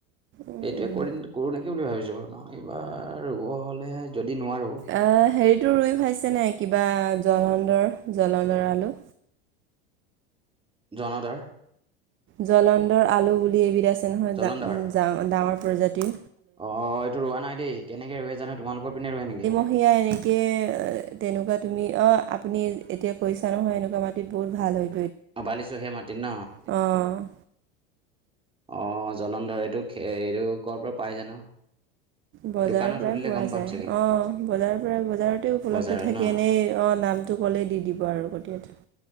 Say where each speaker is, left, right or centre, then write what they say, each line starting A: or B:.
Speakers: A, on the right; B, on the right.
A: উম
B: এইটোৱে
A: উম
B: কৰি-কৰোঁ নেকি বুলি ভাবিছোঁ, নহয় এইবাৰ ৰুব হ'লে যদি নোৱাৰোঁ
A: এ হেৰিটো ৰুই খাইছে নাই, কিবা জলন্ধৰ-জলন্ধৰ আলু?
B: জনধৰ
A: জলন্ধৰ আলু বুলি এবিধ আছে নহয়,
B: জলন্ধৰ
A: জা-জা-ডাঙৰ প্ৰজাতি।
B: অ', এইটো ৰোৱা নাই দেই, কেনেকৈ ৰোৱে জানো, তোমালোকৰ পিনে ৰোৱে নেকি?
A: সেয়া এনেকে, তেনেকুৱা তুমি অ'-আপুনি এতিয়া কৈছা নহয় এনেকুৱা মাটিত বহুত ভাল হয়
B: অ' বালিচহীয়া মাটিত ন?
A: অ'।
B: অ', জলন্ধৰ, এইটো খে-এইটো ক'ৰ পৰা পাই জানো।
A: বজাৰৰ
B: দোকানত
A: পৰাই
B: সুধিলে
A: পোৱা
B: গম পাম
A: যায়,
B: চাগে
A: অ', বজাৰৰ পৰা-বজাৰতে উপলব্ধ
B: বজাৰত
A: থাকে,
B: ন
A: এনেই অ' নামটো ক'লে দি দিব আৰু কঠীয়াটো।